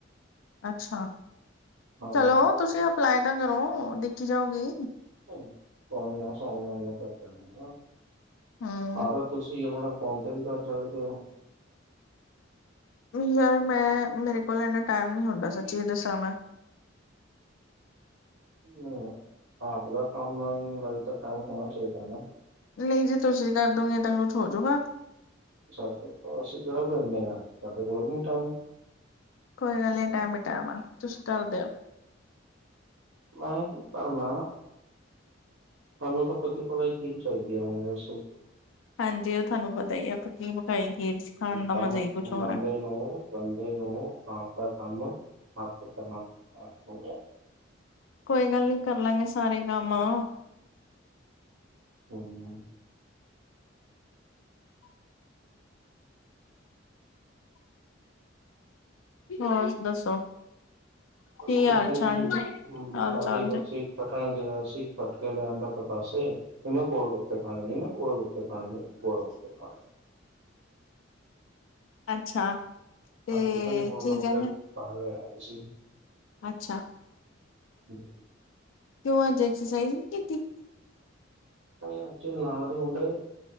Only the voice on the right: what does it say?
ਹਾਂ।
ਕੋਈ ਨਾ ਸੋਮਵਾਰ ਨੂੰ ਕਰ ਦਿੰਨੇ
ਆਂ ਤੁਸੀਂ ਆਪਣੇ ਫੋਨ ਤੇ ਵੀ ਕਰ ਸਕਦੇ ਓ।
ਹਮ ਆਪ ਦਾ ਕੰਮ ਲਈ ਤਾਂ ਟਾਈਮ ਹੋਣਾ ਚਾਈਦਾ ਨਾ।
ਸਾਡੇ ਕੋ ਅਸੀਂ ਕੇੜਾ ਵੇਲੇ ਆਂ ਸਾਡੇ ਕੋਲ ਵੀ ਨੀ ਟਾਈਮ।
ਮੈਂ ਤੇ ਨੀ ਭਰਨਾ। ਸਾਨੂੰ ਤਾਂ ਪੱਕੀ ਪਕਾਈ ਖੀਰ ਚਾਈਦੀ ਐ ਹੁਣ ਦੱਸੋ।
ਕੰਮ
ਬੰਦੇ
ਨੂੰ ਬੰਦੇ ਨੂੰ ਆਪਦਾ ਕੰਮ ਆਪੇ ਕਰਨਾ ਹੈ, ਸਮਝੇ।
ਹੋ ਨਹੀਂ
ਬਸ
ਕੁਛ
ਨੀ
ਜੀ
ਬਾਰੀ
ਵਰਸ਼ੀ
ਕੱਟਣ ਗਿਆ ਸੀ ਕੱਟ ਕੇ ਲਿਆਦਾ ਪਤਾਸੇ, ਵੀ ਮੈਂ ਕੋਲ ਗੱਪੇ ਖਾਣੇ ਨ ਮੈਂ ਕੋੋਲ ਗੱਪੇ। ਖਾਣੇ ਨਹੀਂ ਮੈਂ ਗੋਲ ਗੱਪੇ ਖਾਣੇ
ਹਾਂਜੀ, ਜਦੰਨ ਗੋਲ
ਗੱਪੇ
ਖਾਣ ਲੀਆਏਸੀ
ਹਮ
ਨਹੀਂ ਆਜ ਨਾਲ ਦੇ ਮੁੰਡੇ